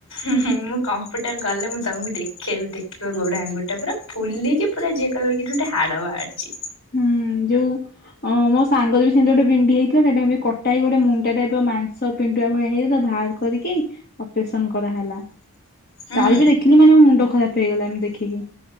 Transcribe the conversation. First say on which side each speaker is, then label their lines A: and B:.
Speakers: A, on the left (about 70°); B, on the left (about 45°).
A: ଉଁ ହୁଁ ମୁଁ କମ୍ପ୍ୟୁଟର ଗଲେ ମୁଁ ତମକୁ ଦେଖ୍ <unintelligible> ଦେଖିବ ଗୋଡ ଆଙ୍ଗୁଟିଟା ପୁରା ଫୁଲିକି ପୁରା ଯିଏ କହିବ କି ଏଠି ଗୋଟେ ହାଡ଼ ବାହାରିଚି।
B: ହୁଁ ଯୋଉ ହଁ ମୋ ସାଙ୍ଗର ବି ସେମତି ଗୋଟେ ବିଣ୍ଡି ହେଇଥିଲା ନା ଟାଇମ୍ ରେ କଟା ହେଇ ଗୋଟେ ମୁଣ୍ଡା ଟାଇପ୍ ର ମାଂସ ପିଣ୍ଡୁଳା ଭଳିଆ <unintelligible> କରିକି ଅପରେସନ୍ କରାହେଲା।
A: ହୁଁ।
B: ତାର ବି ଦେଖିଲି ମାନେ ମୋ ମୁଣ୍ଡ ଖରାପ୍ ହେଇଗଲା ଏମନି ଦେଖିକି।